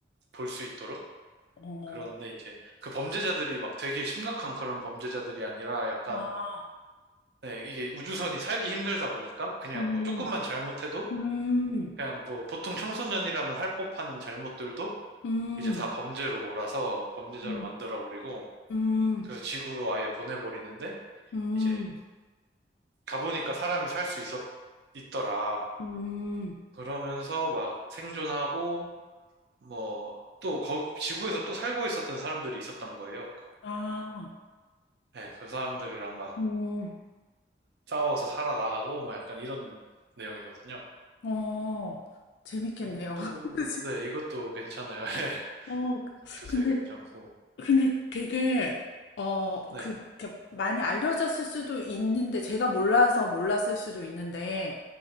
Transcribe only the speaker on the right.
볼 수 있도록.
그런데 이제 그 범죄자들이 막 되게 심각한 그런 범죄자들이 아니라 약간
네, 이게 우주선이 살기 힘들다 보니까 그냥
뭐 조금만 잘못해도
그냥 뭐 보통 청소년이라면 할 법한 잘못들도
이제 다 범죄로 몰아서 범죄자로
만들어버리고
그래서 지구로 아예 보내버리는데
이제 가보니까 사람이 살 수 있었, 있더라.
그러면서 막 생존하고 뭐 또 거기 지구에서 또 살고 있었던 사람들이 있었던 거예요. 그
중에. 네, 그 사람들이랑 막
싸워서 살아나가고 뭐 약간 이런 내용이거든요.
이것도
네, 이것도 괜찮아요. <laughs> 예.
이것도
되게 괜찮고.
네.